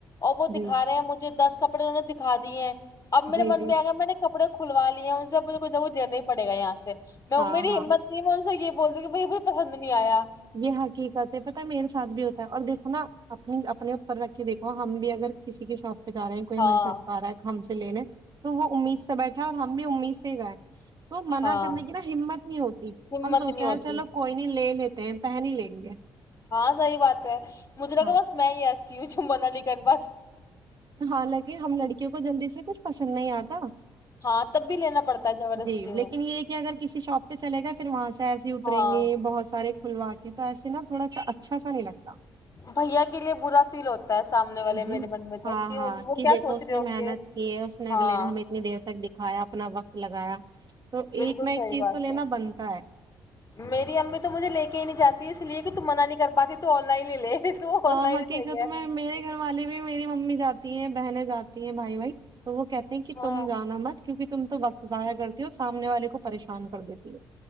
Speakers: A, on the left; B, on the right.
A: اور وہ دکھاے
B: جی
A: ہیں مجھے دس کپڑے انہوں نے دکھا دی ہیں اب میرے
B: جی
A: من
B: جی
A: میں
B: جی
A: آ گیا میں نے کپڑے کو کھلوا لی ہے ان سے کچھھ دینا پڑے گا یہاں سے نومی
B: ہاں ہاں
A: ہمت نہیں سی یہ بولتے کہ بائی کو پسند نہیں آیا
B: یہ حقیقت ہے پتا میرے ساتھ بھی ہوتا ہے اور دیکھو نا اپنی اپنے اوپر رکھ کے دیکھو ہم بھی اگر کسی کے شوپ رہے کوئی
A: ہاں
B: ہمیں چھپا ہے لینے تو وہ امید سے بیٹھا اور ہم بھی امید سے ہی گئے تو منع
A: ہاں
B: کرنے کی نا ہمت نہیں ہوتی
A: ہمت
B: ہم سوچتے
A: نہیں ہوتی
B: ہیں چلو کوئی نہیں لے لیتے <inaudible> پہن ہی لیں گے
A: ہاں صحی بات ہے مجھے لگا
B: ہاں
A: بس میں ہی ایسا سیو چ منا نہیں کر پ
B: حالانکہ ہم لڑکیوں کو جلدی سے کچھ پسند نہیں آتا
A: ہاں تب بھی لینا پڑتا ہے زبردستی
B: جی
A: میں
B: لیکن یہ کہ اگر کسی شاپ پہ چلے گا پھر وہاں سے ایسے ہی اتریں
A: ہاں
B: گے بہت سارے کھلوا کے تو ایسے نا تھواا اچھا سا نہیں لگتا
A: بھیا کے لیے برا فیل ہوتا ہے سامنے والے
B: جی
A: میرے من میں تو
B: ہاں ہاں
A: وہ
B: کہ
A: کیا
B: دیکھو
A: سوچ
B: اس
A: رہے
B: نے
A: ہوں
B: محنت
A: گے
B: کی ہے اس نے
A: ہاں
B: اگلے نے ہمیں اتنی دیر تک د کایا اپنا وقت لگایا تو
A: بالکل
B: ایک نہ ایک
A: صحیح
B: چیز
A: بات
B: تو لینا
A: ہے
B: بنتا ہے
A: میری امی تو مجھے لے کے ہی نہیں جاتی اس لیے کہ تم منع نہیں کر پاتی تو آن لائن لے تو
B: ہاں
A: آن لائن
B: حقیقت
A: ہی صحیح ہے
B: میں میرے گھر والے بھی میری ممی جاتی ہیں بہنے جاتی ہیں بھائی بھائی تو وہ کہتے ہیں کہ
A: ہاں
B: تم جانا مت کیونکہ تم تو وقت ضائع کرتی ہو اور سامنے والے کو پریشان کر دیتی ہو